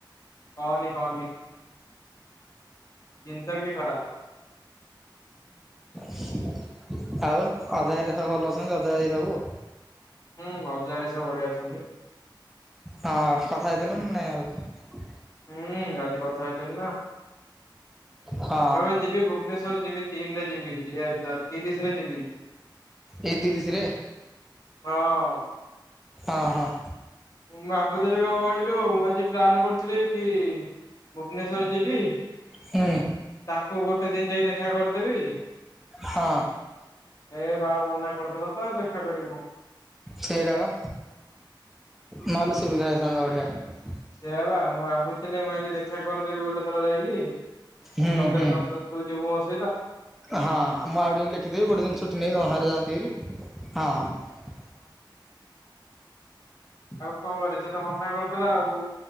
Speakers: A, on the left; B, in the centre.
A: କହନି କହନି <inaudible> ଚିନ୍ତା ବି ଖରାପ। <inaudible>
B: <inaudible> ଆଉ ଅଜା ହେରିକା ସବୁ ଭଲ ଅଛନ୍ତି ଅଜା ଆଇ ସବୁ?
A: ହୁଁ ଅଜା ହାରିକା ସବୁ ବଢିଆ ଅଛନ୍ତି।
B: ହଁ କଥା ହେଇଥିଲ ନାଁ ନାଇ ଆଉ?
A: ହୁଁ ଆଜି କଥା ହେଇଥିଲି ନା <inaudible>
B: ହଁ
A: ମୁଁ ଏବେ ଯିବି ଭୁବନେଶ୍ଵର ଯିବି ତିନିରେ ଯିବି ଇ ତ ତିରିଶି ରେ ଯିବି।
B: ଏଇ ତିରିଶିରେ?
A: ହଁ।
B: ଅ ହଁ।
A: ଭାବୁଥିଲି କଣ କହିଲୁ ମୁଁ ଆଜି ପ୍ଲାନ କରୁଥିଲି କି ଭୁବନେଶ୍ଵର ଯିବି
B: ହୁଁ।
A: ତାକୁ ଗୋଟେ ଦିନ ଯାଇ ଦେଖା କରିଦେବି
B: ହଁ।
A: ଏ ବାଳ ମନା କରିଦେଲ ତ ଆଉ ଦେଖା କରିବୁ କ
B: ସେଇଟା ବା ନହେଲେ ସୁବିଧା ହେଇଥାନ୍ତା ବଢ଼ିଆ।
A: ସେୟା ବା ମୁଁ ଭାବୁଥିଲି ମୁଁ ଆଜି ଦେଖା କରିଦେବି ଗୋଟେ ଥର ଯାଇକି
B: ହୁଁ
A: ତତେ
B: ହୁଁ।
A: ତତ ତୁ ଯିବୁ ମୋ ସ
B: ହଁ ମୁଁ ଆଉ ଟିକି ଲେଖିଦେବି ଗୋଟେ ଦିନ ଛୁଟି ନେଇ କି ଘରେ ଯାଆନ୍ତିି ହେରି ହଁ।
A: ଆଉ କଣ କରି ସେ ତ ମନା କରୁଥିଲା ଆଉ